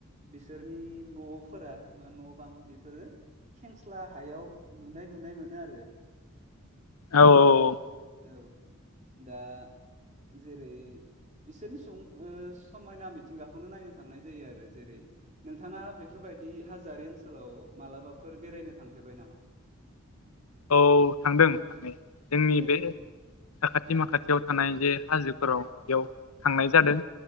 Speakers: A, on the right; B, on the left.
A: बिसोरनि न'फोरा बा न' बां बेफोरो खेंस्ला हायाव लुनाय नुनाय मोनो आरो
B: औ औ
A: औ दा जेरै बिसोरनि सुबुं ओ समायना मिथिंगाखौनो नायनो थांनाय जायो आरो जेरै नोंथाङा बेफोर बायदि हाजोआरि ओनसोलाव मालाबाफोर बेरायनो थांफेरबाय नामा?
B: औ थांदों थांनाया जोंनि
A: औ
B: बे
A: औ
B: साखाथि माखाथियाव थानाय जे हाजोफोराव बेयाव थांनाय जादों